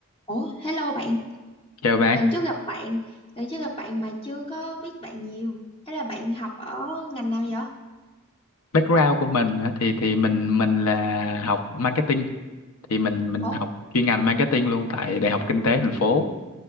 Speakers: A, on the left (about 25°); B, on the left (about 70°).
A: Ủa, hello bạn,
B: Chào bạn,
A: lần trước gặp bạn, lần trước gặp bạn mà chưa có biết bạn nhiều. Thế là bạn học ở ngành nào vậy?
B: background của mình á, thì thì mình mình là học marketing thì mình mình
A: Ồ,
B: học chuyên ngành marketing luôn tại Đại học Kinh tế thành phố